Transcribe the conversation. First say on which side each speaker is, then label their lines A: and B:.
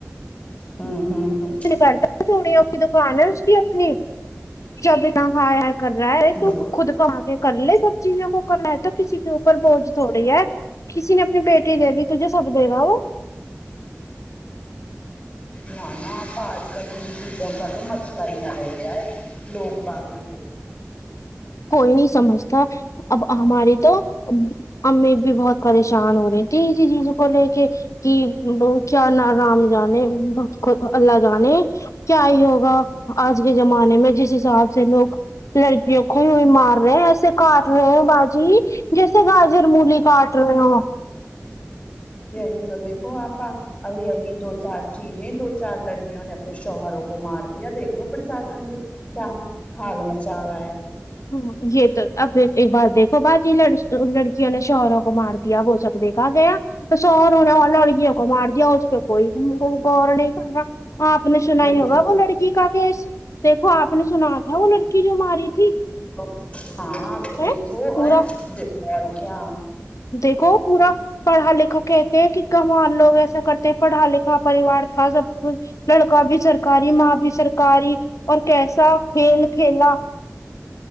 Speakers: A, on the left; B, on the left.
A: ہوں ہوں ہوں،
B: لڑکے کی چڑیوں کی دکان ہے اس کی اپنی جب اتنا ہائے ہائے کر رہا ہے تو
A: بہ
B: خود کما کے کر لے سب چیزوں کو کرنا ہے تو کسی کے اوپر بوجھ تھوڑی ہے کسی نے اپنی بیٹی دے دی تجے سب دے گا وہ
A: نہ نہ آپا آج کل ان چیزوں کا مسلہ ہی نہ رہ گیا ہے نور بانو ہے
B: کوئی نہیں سمجھتا اب ہماری تو با امی بھی بہت پریشان ہو رہی تھی اسی چیز کو لے کے کی ب کیا ن رام جانے ب کو اللہ جانے کیا ہی ہوگا آج کے زمانے میں جس حساب سے لوگ لڑکیوں کو یوں ہی مار رہے ہیں ایسے کاٹ رہے ہیں باجی جیسے گاجر مولی کاٹ رہے ہو
A: یہی تو دیکھو آپا اب یہی دو چار چیزیں دو چار لڑکیوں نے اپنے شوہروں کو مار دیا دیکھ لو پرشاسن بھی کیا ہم حال مچا رہا ہے
B: ہ یہ تو اب ایک بار دیکھو باجی لڑک لڑکیوں نے شوہروں کو مار دیا وہ سب دیکھا گیا تو شوہروں نے لڑکیوں کو مار دیا اس پہ کوئی مطلب گور نہیں کررہا آپ نے سنا
A: یہی
B: ہی ہوگا
A: تو
B: وہ لڑکی کا کیس دیکھو آپ نے سنا تھا وہ لڑکی جو ماری تھی
A: اب ہاں اب
B: ہے
A: دیکھو
B: پورا
A: ا د اور کیا
B: دیکھو پورا پڑھا لکھا کہتے ہیں کہ گنوار لوگ ایسا کرتے ہیں پڑھا لکھا پریوار تھا سب کچھ لڑکا بھی سرکاری ماں بھی سرکاری اور کیسا کھیل کھیلا